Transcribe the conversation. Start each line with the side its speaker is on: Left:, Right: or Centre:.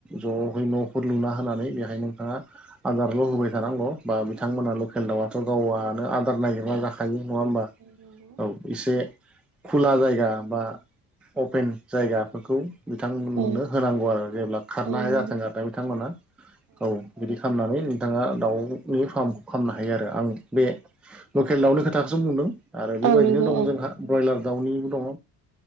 Centre: ज'है न'फोर लुना होनानै बेहाय नोंथाङा आदारल' होबाय थानांगौ बा बिथांमोना
Right: औ
Centre: लकेल दाउआथ' गावआनो आदार नागिरला जाखायो नङा होमबा
Right: नंगौ
Centre: औ एसे खुला जायगा बा अपेन जायगाफोरखौ बिथांमोननो
Right: औ
Centre: होनांगौ आरो जेब्ला खारनो
Right: औ
Centre: हाया
Right: नंगौ
Centre: जाथों आरो ना बिथांमोना औ बिदि खालामनानै नोंथाङा दाउनि फार्मखौ खालामनो हायो आरो आं बे लकेल दाउनि खोथाखौसो बुंदों आरो बेबायदिनो
Right: औ नंगौ
Centre: दं जोंहा ब्रयलार दाउनिबो दं